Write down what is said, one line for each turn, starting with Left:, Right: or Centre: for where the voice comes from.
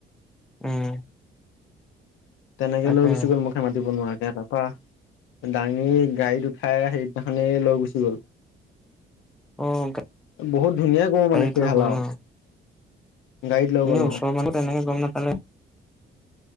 Centre: উম,
Left: তেনেকে
Centre: তাকে
Left: লৈ গুচি গ'ল মুখে মাতিব নোৱাৰাকে তাৰপৰা দাঙি গাড়ীত উঠাই সেইদিনাখনেই লৈ গুচি গ'ল।
Centre: অ',
Left: বহুত ধুনীয়া গৰু
Centre: গাড়ীত
Left: মানে সেই
Centre: লৈ
Left: হাল
Centre: গ'ল
Left: আৰু।
Centre: ন'
Left: গাড়ীত লৈ
Centre: এনেই
Left: গ'ল
Centre: ওচৰৰ
Left: অ
Centre: মানুহ তেনেকে গম নাপালে।